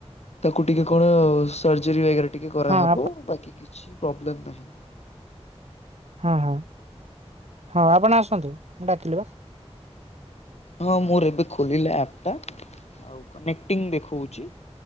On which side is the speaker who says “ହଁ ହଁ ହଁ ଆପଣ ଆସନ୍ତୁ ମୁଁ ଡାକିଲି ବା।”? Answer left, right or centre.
Right